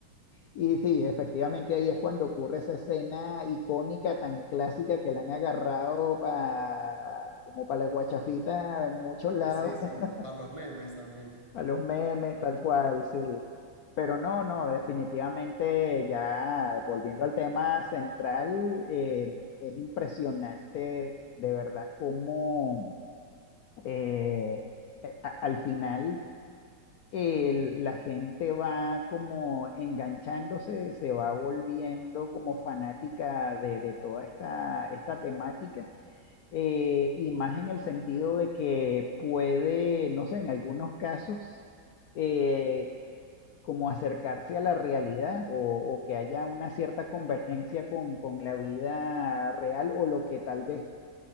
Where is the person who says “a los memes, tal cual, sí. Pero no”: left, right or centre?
Left